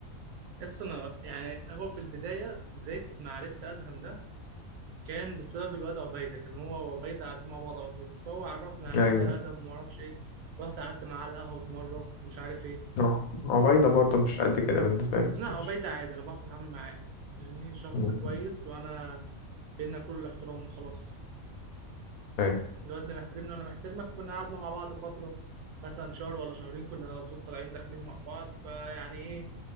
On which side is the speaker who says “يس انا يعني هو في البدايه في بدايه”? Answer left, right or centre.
Right